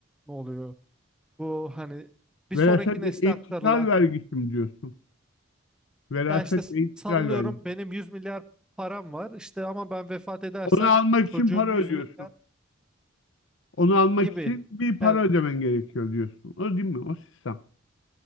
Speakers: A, in the centre; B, on the left (about 65°).
A: ne oluyor? Bu hani bir
B: Veraset
A: sonraki nesle
B: ve intikal
A: aktarılan
B: vergisi mi diyorsun? Veraset
A: ya işte
B: ve intikal
A: sallıyorum
B: vergisi.
A: benim 100 milyar param var işte ama ben vefat edersem
B: Onu almak
A: çocuğum
B: için para
A: 100
B: ödüyorsun.
A: milyar
B: Onu almak
A: gibi.
B: için bir para
A: Yani
B: ödemen gerekiyor diyorsun. O değil mi? O sistem.